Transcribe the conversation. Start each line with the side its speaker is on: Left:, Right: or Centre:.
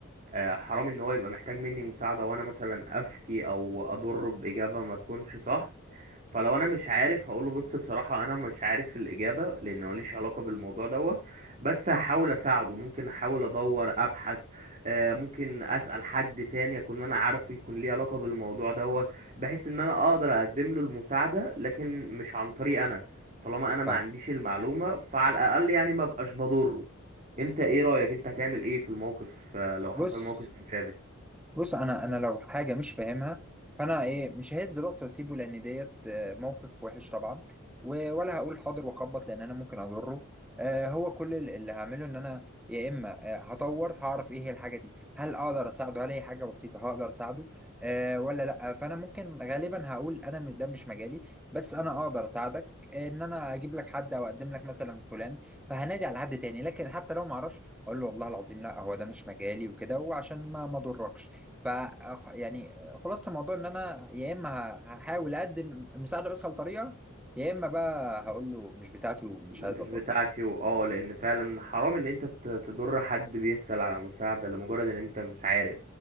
Right: آه، حرام إن هو يبقى محتاج مني مساعدة وأنا مثلا أفتي أو أضره بإجابة ما تكونش صح فلو انا مش عارف هقوله بص بصراحة انا مش عارف الاجابة لان ماليش علاقة بالموضوع دوت بس هحاول اساعده ممكن احاول ادور ابحث آه، ممكن اسأل حد تاني اكون انا عارفه يكون ليه علاقة بالموضوع دوت بحيث ان انا اقدر اقدم له المساعدة لكن مش عن طريق انا طالما انا ما
Centre: فاهم
Right: عنديش المعلومة فعلى الاقل يعني ما بقاش بضره انت ايه رأيك انت هتعمل ايه في الموقف آه، لو حصل
Centre: بص
Right: موقف مشابه
Centre: بص انا انا لو حاجه مش فاهمها فانا ايه مش ههز راسي واسيبه لان ديت آه، موقف وحش طبعا و- ولا هقول حاضر واخبط لان انا ممكن اضره آه، هو كل ال- اللي هعمله ان انا يا اما آه، هطور هعرف ايه هي الحاجه دي هل اقدر اساعده هل هي حاجه بسيطه هقدر اساعده أه ولا لا فانا ممكن غالبا هقول انا م- ده مش مجالي بس انا اقدر اساعدك آه، ان انا اجيب لك حد او اقدم لك مثلا فلان فهنادي على حد تاني لكن حتى لو ما اعرفش اقول له والله العظيم لا هو ده مش مجالي وكده وعشان ما ما اضركش ف يعني خلاصة الموضوع ان انا يا اما ه- هحاول اقدم المساعدة بأسهل طريقة يا اما بقى هقول له مش بتاعتي ومش
Right: مش
Centre: عايز أطلب
Right: بتاعتي واه لان فعلا حرام ان انت ت- تضر حد بيسأل على مساعدة لمجرد ان انت مش عارف